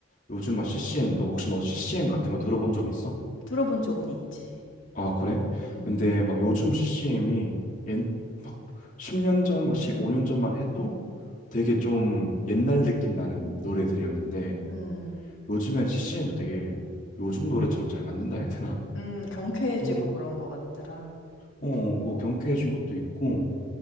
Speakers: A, on the left; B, on the left.
A: 요즘 막 CCM도 혹시 너 CCM 같은 거 들어본 적 있어?
B: 들어본 적은 있지.
A: 아, 그래?
B: 음,
A: 근데 막 요즘 CCM이 막 10년 전, 막 15년 전만 해도 되게 좀 옛날 느낌 나는 노래들이었는데
B: 음,
A: 요즘엔 CCM도 되게 요즘 노래처럼 잘 만든다 해야 되나?
B: 음, 경쾌해지고
A: 응,
B: 그런 것 같더라.
A: 어, 그 경쾌해진 것도 있고